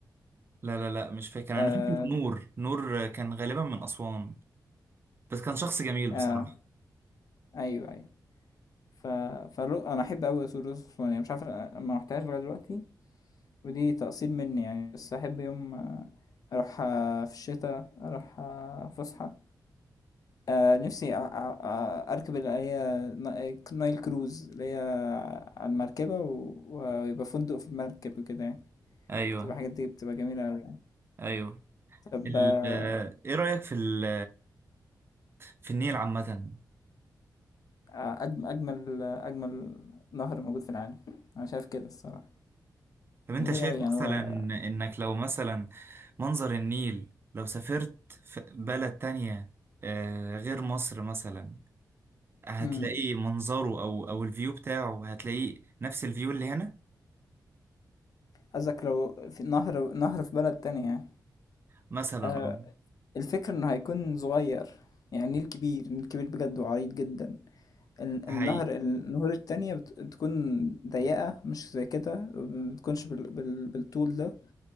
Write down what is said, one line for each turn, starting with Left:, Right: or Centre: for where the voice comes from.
Right: لا لا لا مش فاكر
Left: آه
Right: انا فاكر نور نور كان غالبا من اسوان بس كان شخص جميل
Left: آه
Right: بصراحة
Left: أيوه أيوه ف... فالرو... أنا أحب أوي أسود رز يعني مش عارف أنا ما رحتهاش لغاية دلوقتي ودي تقصير مني يعني بس أحب يوم آه، أروح آه، في الشتاء أروح آه، فسحة آه، نفسي أ- أ- أ- أركب اللي هي نا- نايل كروز اللي هي على المركبة و... ويبقى فندق في المركب وكده يعني
Right: ايوه
Left: تبقى الحاجات دي بتبقى جميلة أوي يعني
Right: ايوه
Left: طب
Right: ال-
Left: آه،
Right: ايه رأيك في ال في النيل عامة
Left: آه، أجم- أجمل أجمل نهر موجود في العالم أنا شايف كده الصراحة
Right: طب انت
Left: جميل
Right: شايف
Left: أوي يعني
Right: مثلا
Left: هو
Right: انك لو مثلا منظر النيل لو سافرت في بلد تانية آه، غير مصر مثلا هتلاقيه
Left: مم.
Right: منظره او او الفيو بتاعه هتلاقيه نفس الفيو اللي هنا
Left: قصدك لو في نهر نهر في بلد تانية يعني
Right: مثلا
Left: آه
Right: اه
Left: الفكرة إنه هيكون صغير يعني النيل كبير النيل كبير بجد وعريض جدا ال-
Right: هي
Left: النهر النهور التانية بت- بتكون ضيقة مش زي كده مبتكونش بال بال بالطول ده